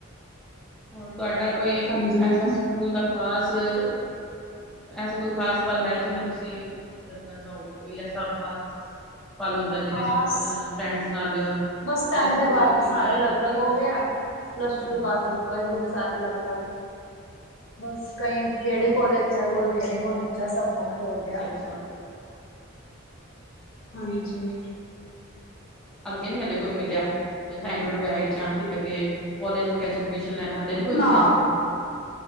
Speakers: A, in the centre; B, on the left (about 70°).
A: ਹੋਰ ਤੁਹਾਡਾ ਕੋਈ
B: ਹਾਂਜੀ
A: ਐਸਾ ਸਕੂਲ ਦਾ ਖਾਸ ਐਸਾ ਕੋਈ ਖਾਸ ਪਲ ਹੈ ਜਿਹਨੂੰ ਤੁਸੀਂ ਦੱਸਣਾ ਚਾਹੋ ਕੋਈ ਐਸਾ ਖਾਸ ਪਲ ਹੁੰਦਾ। ਜਿਵੇਂ
B: ਖਾਸ,
A: ਅ ਫਰੈਂਡਸ ਨਾਲ
B: ਬਸ
A: ਜਿਹੜਾ
B: ਟੇਨਥ
A: ਸਕੂਲ
B: ਦੇ ਬਾਅਦ
A: ਵਿੱਚ ਇੰਜੋਏ
B: ਸਾਰੇ ਅਲੱਗ,
A: ਕੀਤੀ
B: ਅਲੱਗ ਹੋ ਗਏ ਆ੍। ਪਲੱਸ
A: ਹਾਂਜੀ
B: ਟੂ ਦੇ ਬਾਅਦ ਤੋਂ ਕਈ ਹੋ ਗਏ ਸਾਰੇ ਅਲੱਗ, ਅਲੱਗ ਬਸ ਕੋਈ ਕਿਹੜੇ
A: ਹਾਂ
B: ਕੋਲੇਜ ਚ ਆ ਕੋਈ ਕਿਹੜੇ ਕੋਲੇਜ ਚ ਆ ਸਭ ਵਖਰੇ ਹੋ
A: ਅੱਛਾ-ਅੱਛਾ
B: ਗਏ ਆ। ਹਾਂਜੀ।
A: ਅੱਗੇ ਨੀ ਹਲੇ ਕੋਈ ਮਿਲਿਆ ਡੀਵੇੈਂਡਰ ਵਗੈਰਾ ਜਾਂ ਅੱਗੇ ਕੋਲੇਜ ਵਗੈਰਾ ਵਿੱਚ ਐਡਮਿਸ਼ਨ ਲੈਣੇ ਹਲੇ ਕੋਈ
B: ਨਾ
A: ਮਿਲਿਆ ਤੁਹਾਨੂੰ।